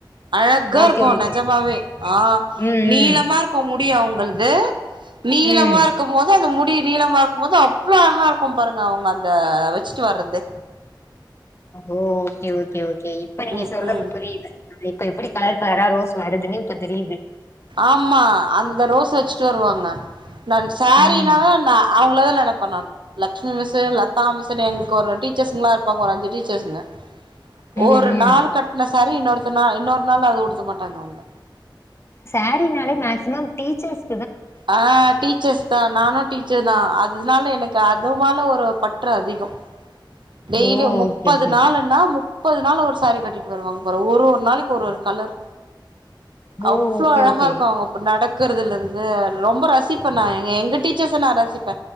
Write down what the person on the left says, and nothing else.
ஓகே
ஓகே
ஓகே
ம்
ம்
ம்
ஓ ஓகே ஓகே ஓகே இப்ப நீங்க
சொல்றது
புரிது இப்ப எப்டி கலர் கலரா ரோஸ் வருதுன்னு இப்ப தெரியிது
ம்
ம்
ம்
சேரினாலே மேக்சிமம் டீச்சர்ஸ்
ஓ
ஓகே ஓகே ஓகே
ஓ
ஓகே
ஓகே